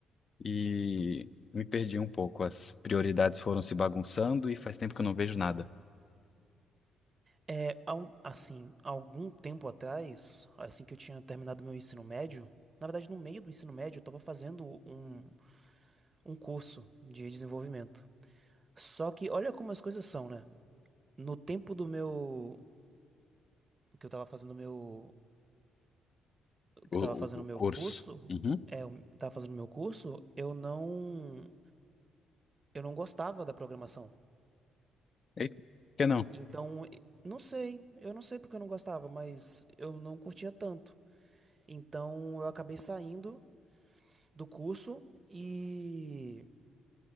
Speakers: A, on the left (about 40°); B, on the right (about 30°).
A: e me perdi um pouco. As prioridades foram se bagunçando e faz tempo que eu não vejo nada.
B: É, há um- assim, há algum tempo atrás, assim que eu tinha terminado meu ensino médio, na verdade, no meio do ensino médio, eu estava fazendo um, um curso de desenvolvimento. Só que olha como as coisas são, né? No tempo do meu que eu estava fazendo meu
A: O,
B: que eu
A: o-
B: tava fazendo
A: o
B: meu
A: curso.
B: curso,
A: Uhum.
B: é, eu tava fazendo meu curso, eu não eu não gostava da programação.
A: E por que não?
B: Então, e- não sei, eu não sei porque eu não gostava, mas eu não curtia tanto. Então, eu acabei saindo do curso e